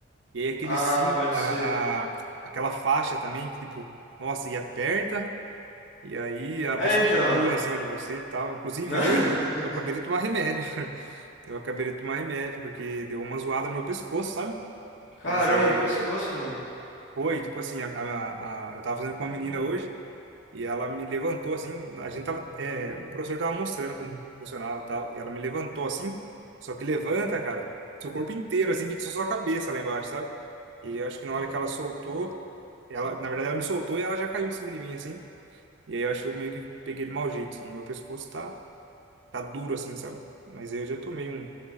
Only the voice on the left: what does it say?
Ah,
pode
ser.
É,
então.
Não. <laughs>
Caramba,
no pescoço, mano.